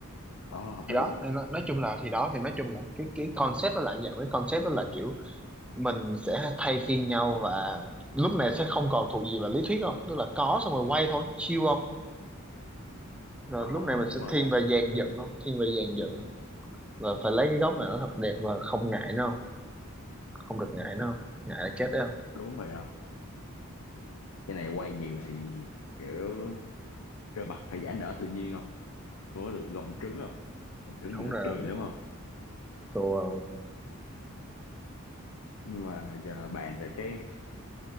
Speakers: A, on the left; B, in the centre.
A: ờ hợp
B: thì
A: lý
B: đó
A: ấy
B: thì nói, nói chung là thì đó thì nói chung là cái cái concept nó lại dạng cái concept đó là kiểu mình sẽ thay phiên nhau và lúc này sẽ không còn thuộc gì vào lý thuyết không tức là có xong rồi quay thôi chill không rồi
A: ờ
B: lúc này mình
A: đúng
B: sẽ
A: rồi
B: thiên
A: ha
B: về dàn dựng không thiên về dàn dựng và phải lấy cái góc này nó thật đẹp và không ngại nó không không được ngại nó không ngại là chết đấy không
A: đúng rồi không cái này quay nhiều thì kiểu cơ mặt phải giãn nở tự nhiên không không có được gồng trứng không gồng trứng
B: đúng
A: thì nó
B: rồi
A: kỳ lắm không
B: rồi
A: nhưng mà giờ bàn về cái